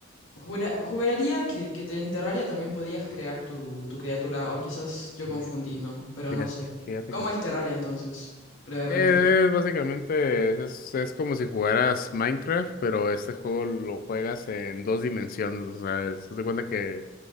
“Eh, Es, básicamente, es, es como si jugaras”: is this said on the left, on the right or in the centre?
Left